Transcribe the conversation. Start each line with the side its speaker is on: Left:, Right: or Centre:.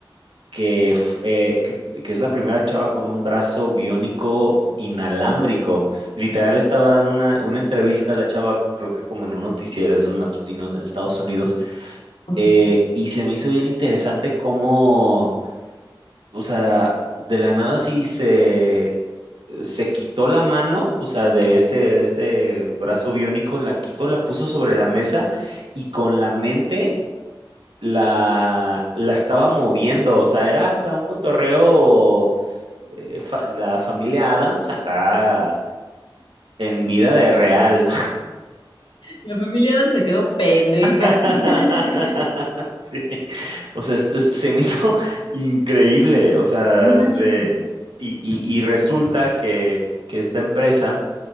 Right: que, f- eh, que, que es la primera chava con un brazo biónico inalámbrico. Literal estaba dando una, una entrevista a la chava, creo que como en un noticiero, de esos matutinos en Estados Unidos,
Left: Ok.
Right: eh, y se me hizo bien interesante cómo o sea, de la nada sí se, se quitó la mano, o sea, de este, este brazo biónico, la quitó, la puso sobre la mesa y con la mente la, la estaba moviendo, o sea, era acá un cotorreo, eh, fa- la familia Adams acá en vida de real.
Left: La familia Adams se quedó pendeja.
Right: <laughs>
Left: <laughs>
Right: Sí. O sea, esto es- se me hizo <laughs> increíble, o sea,
Left: No
Right: de,
Left: manches.
Right: y, y- y resulta que, que esta empresa